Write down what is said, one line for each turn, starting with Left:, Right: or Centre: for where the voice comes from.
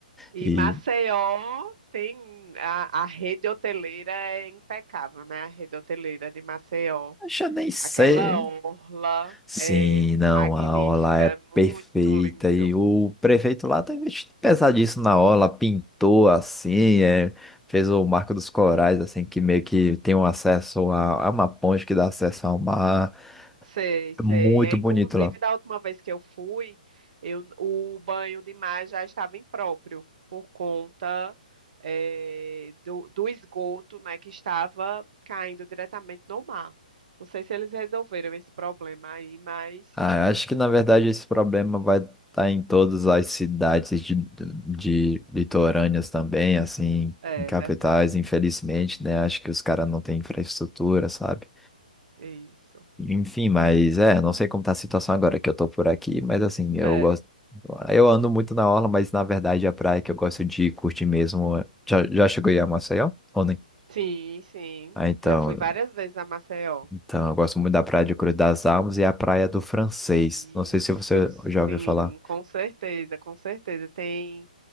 Right: E
Centre: E
Right: Maceió tem a, a rede hoteleira é impecável, né? A rede hoteleira de Maceió.
Centre: acho eu nem sei.
Right: Aquela orla
Centre: Sim,
Right: é
Centre: não,
Right: magnífica,
Centre: a aula é
Right: é muito
Centre: perfeita.
Right: lindo.
Centre: E o prefeito lá tá investindo pesadíssimo na aula, pintou assim, é, fez o Marco dos Corais, assim, que meio que tem um acesso a, a uma ponte que dá acesso ao mar.
Right: Sei, sei.
Centre: É muito
Right: É, inclusive,
Centre: bonito lá.
Right: da última vez que eu fui, eu, o banho de mar já estava impróprio por conta eh, do, do esgoto, né, que estava caindo diretamente no mar. Não sei se eles resolveram esse problema aí, mas
Centre: Ah, eu acho que na verdade esse problema vai estar em todas as cidades de, de litorâneas também, assim,
Right: é
Centre: em capitais,
Right: verdade.
Centre: infelizmente, né? Acho que os caras não têm infraestrutura, sabe?
Right: Isso.
Centre: Enfim, mas é, não sei como tá a situação agora que eu tô por aqui, mas assim, eu
Right: É.
Centre: gosto. Eu ando muito na orla, mas na verdade a praia que eu gosto de curtir mesmo. é- Já, já chegou aí a Maceió? Ou nem?
Right: Sim, sim.
Centre: Ah, então,
Right: Já fui várias vezes a Maceió.
Centre: então, eu gosto muito da Praia de Cruz das Almas e a Praia do Francês.
Right: Isso,
Centre: Não sei se você já ouviu
Right: sim,
Centre: falar.
Right: com certeza, com certeza. Tem